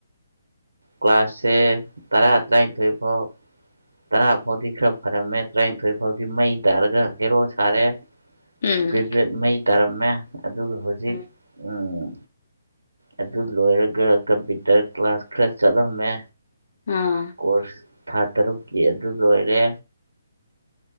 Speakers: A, on the right; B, on the left.
A: ꯀ꯭ꯂꯥꯁꯁꯦ ꯇꯔꯥ ꯇꯔ꯭ꯥꯢꯟꯊꯣꯢ ꯐꯥꯎ ꯇꯔꯥ ꯐꯥꯎꯗꯤ ꯈꯔ ꯐꯔꯝꯃꯦ ꯇꯔꯥꯅꯤꯊꯣꯏ ꯐꯥꯎꯗꯤ ꯃꯩ ꯇꯥꯔꯒ ꯍꯦꯔꯣ ꯁꯥꯔꯦ꯫
B: ꯎꯝ
A: ꯒ꯭ꯔꯦꯖꯨꯋꯦꯠ ꯃꯩ ꯇꯥꯔꯝꯃꯦ ꯑꯗꯨꯒ ꯍꯧꯖꯤꯛ
B: ꯎꯝ
A: ꯎꯝ꯫ ꯑꯗꯨ ꯂꯣꯏꯔꯒ ꯀꯝꯄ꯭ꯌꯨꯇꯔ ꯀ꯭ꯂꯥꯁ ꯈꯔ ꯆꯠꯂꯝꯃꯦ꯫
B: ꯑꯥ꯫
A: ꯀꯣꯔꯁ ꯊꯥ ꯇꯔꯨꯛꯀꯤ ꯑꯗꯨ ꯂꯣꯏꯔꯦ꯫